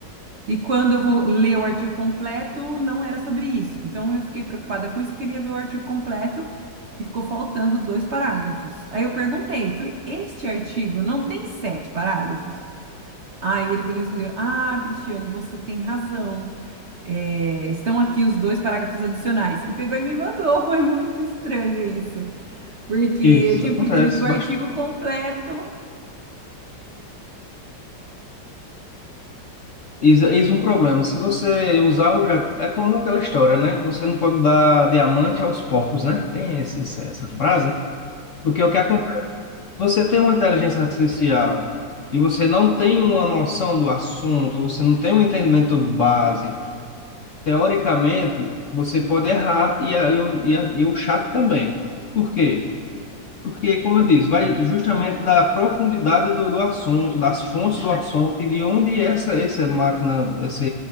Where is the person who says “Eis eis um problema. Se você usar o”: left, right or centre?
Left